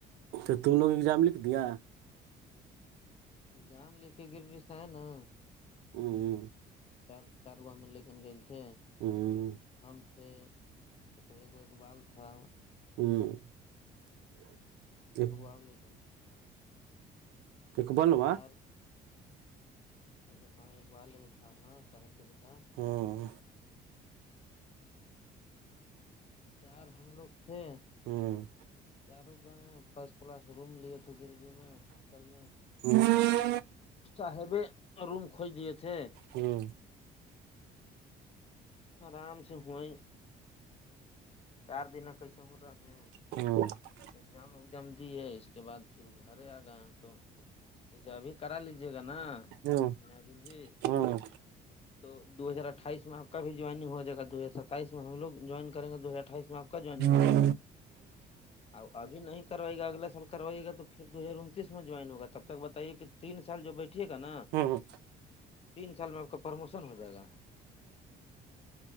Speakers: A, on the right (about 80°); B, on the left (about 35°).
A: تو تم لوگ ایگزام لکھ دیا
B: جام لے کے گررییسا ہے نا <unintelligible>
A: ہ <inaudible>
B: چ چار گو ہمیں لےیکن گئےل تھے <unintelligible>
A: ہوں
B: ہم سے ا بال تھا <unintelligible>
A: ہوں <unintelligible> ایک-
B: بوالے ک تھایں
A: اقبال ہوا
B: چار <unintelligible> ا ہاں ایک بار لےگ تھا صاحب کا بیٹا <unintelligible>
A: ہاں <unintelligible>
B: چار ہم لوگ تھے
A: ہوں
B: چاروں گا <unintelligible> فرسٹ کلاس روم لیے تھے گروی میں ہوٹل میں
A: ہ
B: صاحبے روم کھوج دیے تھے
A: ہوں
B: آرام سے ہویں چار دن کیسے ہو رہا ہیں
A: ہاں
B: اگزام اگزام دیے اس کے بعد پھر وہ گھر ہی آ گئے ہیں تو جیسے ابھی کرا لیجیے جگ نا
A: ہوں
B: نجول جی
A: ہوں
B: تو دو ہزار اٹھائی میں آپ کا بھی جوائنگ ہو جائےا دو ہزار ستائیس میں ہم لوگ جوائن کر گ دو ہز اٹھائیس میں آپ کا جوانی ہو
A: ہوں
B: جائے گا ا ابھی نہیں کروائے گا اگلا سال کروائیے گا تو پھر دو ہزار انتیس میں جوائن ہوگا تب تک بتائیے کہ تین سال جو بیٹھیے گا نا
A: ہوں
B: تین سال میں آپ کا پروموشن ہو جائے گا